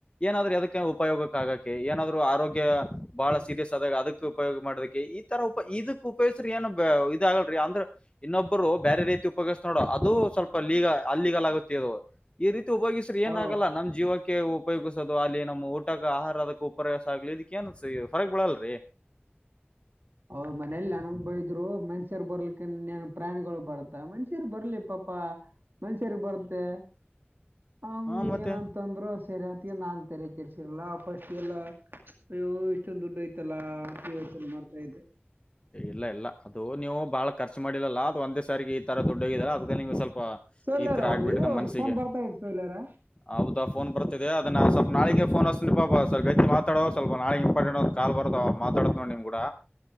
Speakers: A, on the left (about 25°); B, on the right (about 60°).
A: ಏನಾದ್ರೂ ಅದಕ್ಕೆ ಉಪಯೋಗಕ್ಕೆ ಆಗಕ್ಕೆ ಏನಾದ್ರು ಆರೋಗ್ಯ. ಬಹಳ ಸೀರಿಯಸ್ ಆದಾಗ ಅದಕ್ ಉಪಯೋಗ ಮಾಡದಕ್ಕೆ ಈ ತರ ಉಪ ಇದಕ್ ಉಪಯೋಗ್ಸ್ರ ಏನ್ ಇದಗಲ್ರಿ. ಅಂದ್ರೆ ಇನ್ನೊಬ್ಬರು ಬೇರೆ ರೀತಿ ಉಪಯೋಗ್ತ ನೋಡು ಅದು ಸ್ವಲ್ಪ ಲೀಗ ಅ ಲೀಗಲ್ ಆಗುತ್ತೆ ಅದು. ಇರಿತ್ ಉಪಯೋಗಿಸ್ರ ಏನಾಗಲ್ಲ
B: ಓ
A: ನಮ್ ಜೀವಕ್ಕೆ ಉಪಯೋಗಿಸೋದು ಅಲ್ಲಿ ನಮ್ಮ್ ಊಟಕ್ಕೆ ಆಹಾರ ಅದಕ್ಕ ಉಪಯವಾಸ ಆಗ್ಲಿಕ್ಕೆ. ನ್ಸ -ಫರಾಕ್ ಬಳಲ್ರಿ
B: ಅವ ಮನೇಲಿ ನನಂಗ ಬಯದ್ರು ಮನ್ಷ್ಯರ್ ಬರ್ಲಿಕ್ಕನ್ನ್ ಪ್ರಾಣಿಗಳು ಬರತ್ತ ಮನ್ಷ್ಯರ್ ಬರ್ಲಿ ಪಾಪ. ಪಾ- ಮನ್ಷ್ಯರಿಗೆಗೆ ಬರ್ತೆ ಅವ
A: ಹಾ ಮತ್ತೆ
B: ಏನಂತಂದ್ರು ಸರಿ ಅಂತ. ನಾನು ತೆರೆ -ಕೆ- ಇರ್ಸಿರಲ್ಲ ಫಸ್ಟ್ ಎಲ್ಲ. ಅಯ್ಯೋ ಇಷ್ಟೊಂದು ದುಡ್ಡು ಐ್ತಲ್ಲಾ ಎಲ್ಲ ಮಾಡ್ತಾ ಇದೆ.
A: ಇಲ್ಲ ಇಲ್ಲ ಅದು ನೀವು ಬಾಳ ಖರ್ಚು ಮಾಡಿಲ್ಲಲ್ಲ ಅದು ಒಂದೇ ಸಾರಿಗೆ ಈ ತರ ದುಡ್ಡು. ಔಗ ಅದ ಸ್ವಲ್ಪ
B: ಸೌಲ್ಯರ
A: ಈ ತರ ಆಗ್ಬಿಟ್ಟು
B: ಒಂದ್ ಇರಿ
A: ನಮ್ಮ್
B: ಒಂದ್
A: ಮನಸಿಗೆ
B: ಫೋನ್ ಬರ್ತಾ ಇದೆ ಸೌಲ್ಯರ
A: ಹೌದು -ಪ್ ಫೋನ್ ಬರ್ತಿದೆ ಅದನ್ನು ಸ್ವಲ್ಪ ನಾಳೆಗೆ ಫೋನ ಸ್ಲ್ಪ- ಸ್ಲ್ಪ- ಹೆಚ್ಚ ಮಾತಡ ಸ್ವಲ್ ನಾಳೆ ಇಂಪಾರ್ಟೆಂಟ್ ಕಾಲ್ ಬರ್ತಾವೋ -ಮಾ ತಡ ನೋಡಾ ನಿಮ್ಮ್ ಕೂಡ.